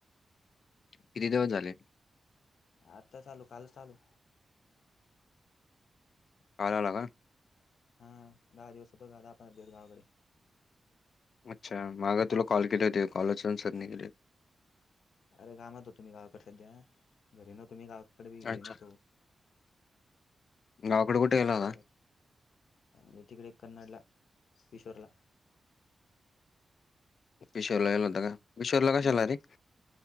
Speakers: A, on the left; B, on the left.
A: किती दिवस झाले?
B: आताच आलो, कालच आलो.
A: काल आला का?
B: हा, दहा दिवस होतो दादा आपण गावाकडे.
A: अच्छा माग तुला कॉल केले होते, कॉलचून सरनी गेले
B: अरे कामात होतो मी गावाकडे सध्या, घरी नव्हतो मी गावाकडे बी घरी
A: अच्छा
B: नव्हतो.
A: गावाकडे कुठे
B: काम
A: गेला होता
B: करल मी तिकडे कन्नडला, किशोरला
A: किशोरला गेला होता का, किशोर ला कशाला
B: हम्म
A: रे?